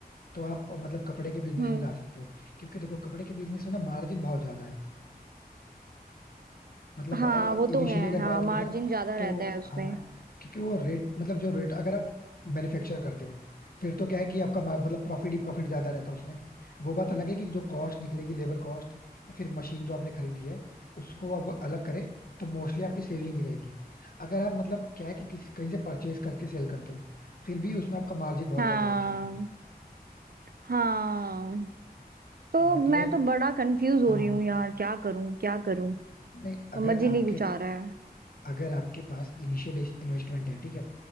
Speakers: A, on the left (about 65°); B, on the right (about 65°).
A: तो आप मतलब कपड़े के बिजनेस
B: हम्म
A: में जा सकते हो क्योंकि देखो कपड़े के बिजनेस में ना मार्जिन बहुत ज्यादा है मतलब
B: हाँ वो तो
A: इनिशियली
B: है
A: अगर
B: हाँ
A: बात
B: मार्जिन
A: करें ना
B: ज्यादा
A: तो
B: रहता है उसमें
A: हाँ क्योंकि वो रेट मतलब जो रेट अगर आप मैन्युफैक्चर करते हो फिर तो क्या है कि आपका मा- मतलब प्रॉफिट ही प्रॉफिट ज्यादा रहता है उसमें वो बात अलग है कि जो कॉस्ट निकलेगी लेबर कॉस्ट या फिर मशीन जो आपने खरीदी है उसको अब अलग करें तो मोस्टली आपकी सेविंग ही रहेगी अगर आप मतलब क्या है कि किसी कहीं से परचेज करके सेल करते हो फिर भी उसमें आपका मार्जिन बहुत
B: हाँ
A: ज्यादा बच जाएगा
B: हाँ तो
A: बट
B: मैं
A: ये
B: तो बड़ा कंफ्यूज हो
A: हाँ
B: रही हूँ यार क्या करूँ क्या करूँ
A: नहीं अगर
B: समझ ही नहीं
A: आपके
B: कुछ आ रहा है
A: अगर आपके पास इनिशियल इन्वेस्टमेंट है ठीक है